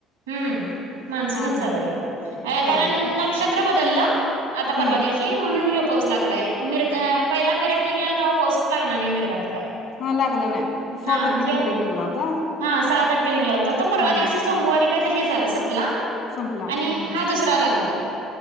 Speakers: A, on the right (about 85°); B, on the left (about 60°).
A: हम्म मान्सूनच
B: हा
A: चालूय
B: हा
A: या
B: चालू
A: कारण
B: आहे व्हय
A: नक्षत्र बदललं आता परवा
B: हम्म
A: दिव की म्हणून ह्यो पाऊस लागलाय मिरग पहिला मिरग निघलेला तवा पाऊसच लागला नाय मिरगात काय
B: हा लागला नाय सहा
A: हा
B: तारखेला
A: हे
B: मीरग निघला होता.
A: हा सहा तारखेला निघला होता. तो
B: हम्म
A: परवा दिवशी सोमवारी कायतरी हे झाला सपला
B: संपला हम्म
A: आणि हा
B: हम्म
A: दुसरा लागलाय.